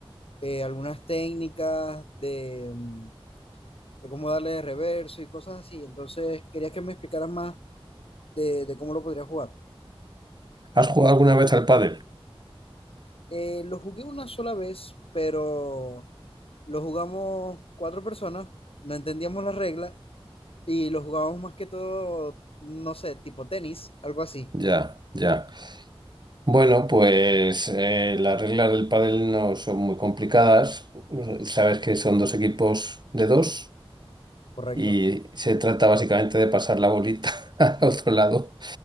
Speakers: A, on the left; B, on the right.
A: eh, algunas técnicas de, mm, de cómo darle de reverso y cosas así. Entonces, quería que me explicaras más de de cómo lo podrías jugar.
B: ¿Has jugado alguna vez al pádel?
A: Eh, lo jugué una sola vez, pero lo jugamos cuatro personas, no entendíamos las reglas y lo jugábamos más que todo, no sé, tipo tenis, algo así.
B: Ya, ya. Bueno, pues eh, las reglas del pádel no son muy complicadas. Sabes que son dos equipos de dos
A: Correcto.
B: y
A: sí.
B: se trata básicamente de pasar la bolita <laughs> al otro lado